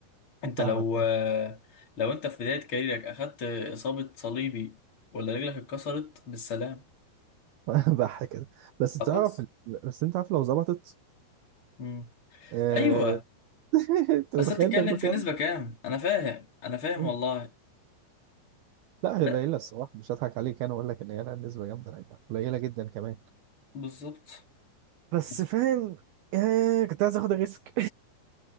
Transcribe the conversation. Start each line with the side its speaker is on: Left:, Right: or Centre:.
Left: انت
Right: فاهمك
Left: لو
Right: ايه
Left: لو انت في بداية كاريرك اخدت اصابة صليبي ولا رجلك اتكسرت بالسلام
Right: <laughs> بح كده بس
Left: خلاص
Right: تعرف بس انت عارف لو ظبطت
Left: مم.
Right: آه...
Left: ايوه
Right: <laughs> انت
Left: بس
Right: متخيل
Left: انت بتتكلم
Right: بياخدوا
Left: في
Right: كام؟
Left: نسبة كام انا فاهم انا فاهم
Right: مم.
Left: والله
Right: لا هي
Left: لا
Right: قليله الصراحه مش هضحك عليك انا اقول لك ان هي لا نسبه جامده لا، يعني قليله جدا كمان
Left: بالظبط
Right: بس
Left: <laughs> بالظبط.
Right: فاهم آه... كنت عايز اخد الريسك